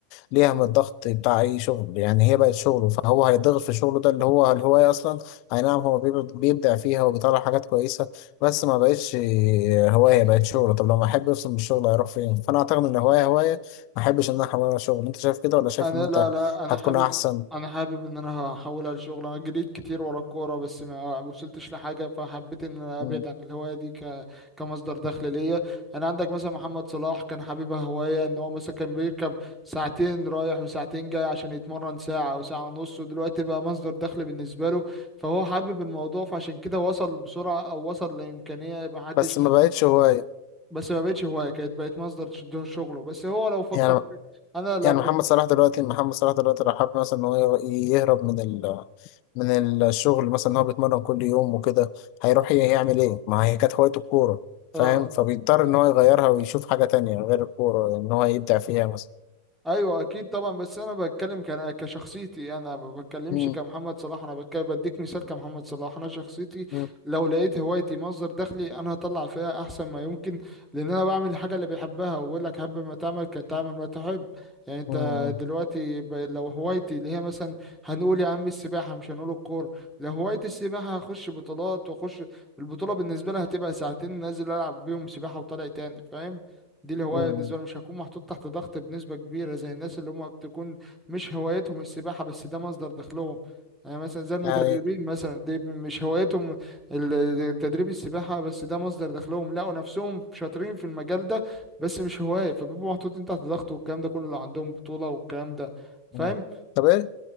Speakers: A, on the left; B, in the centre.
A: ليها من الضغط بتاع اي شغل يعني هي بقت شغله فهو هيتضغط في شغله ده اللي هو الهوايه اصلا اي نعم هو بيب- بيبدع فيها وبيطلع حاجات كويسه بس ما بقتش هوايه بقت شغله طب لما احب افصل من الشغل هيروح فين فانا اعتقد ان هوايه هوايه ما احبش ان انا احولها لشغل انت شايف كده ولا شايف
B: انا
A: ان انت
B: لا لا انا
A: هتكون
B: حابب
A: احسن
B: انا حابب ان انا هحولها لشغل انا جريت كتير ورا الكوره بس ما وصلتش لحاجه فحبيت ان انا
A: مم.
B: ابعد عن الهوايه دي ك... كمصدر دخل ليا انا عندك مثلا محمد صلاح كان حبيبها هوايه ان هو مثلا كان بيركب ساعتين رايح وساعتين جاي عشان يتمرن ساعه او ساعه ونص ودلوقتي بقى مصدر دخل بالنسبه له فهو حابب الموضوع فعشان كده وصل بسرعه او وصل لامكانيه ما حدش
A: بس ما
B: ن...
A: بقتش هوايه
B: بس ما بقتش هوايه كانت بقت مصدر ش- شغله بس هو لو فكر
A: يعني
B: في... انا لا
A: يعني
B: ب...
A: محمد صلاح دلوقتي محمد صلاح دلوقتي راح حب مثلا ان هو يهرب من ال من الشغل مثلا ان هو بيتمرن كل يوم وكده هيروح يعمل ايه؟ ما هي كانت هوايته الكورة فاهم
B: اه
A: فبيضطر ان هو يغيرها ويشوف حاجة تانية غير الكورة ان هو يبدع فيها مثلا
B: ايوه اكيد طبعا بس انا بتكلم كان كشخصيتي انا ما بتكلمش
A: مم.
B: كمحمد صلاح انا بتكلم بديك مثال كمحمد صلاح انا شخصيتي
A: مم.
B: لو لقيت هوايتي مصدر دخلي انا هطلع فيها احسن ما يمكن لان انا بعمل الحاجه اللي بحبها وبقول لك حب ما تعمل كان تعمل ما تحب يعني انت
A: مم.
B: دلوقتي ب... لو هوايتي اللي هي مثلا هنقول يا عم السباحه مش هنقول الكوره لو هوايتي السباحه هخش بطولات واخش البطوله بالنسبه لها هتبقى ساعتين نازل العب بيهم سباحه وطالع تاني فاهم دي الهواية
A: مم.
B: بالنسبة لي مش هكون محطوط تحت ضغط بنسبة كبيرة زي الناس اللي هم بتكون مش هوايتهم السباحة بس ده مصدر دخلهم يعني مثلا زي المدربين
A: يعني
B: مثلا دي مش هوايتهم ال- تدريب السباحة بس ده مصدر دخلهم لقوا نفسهم شاطرين في المجال ده بس مش هواية فبيبقوا محطوطين تحت ضغط والكلام ده كله لو عندهم بطولة والكلام ده فاهم
A: مم. طب ايه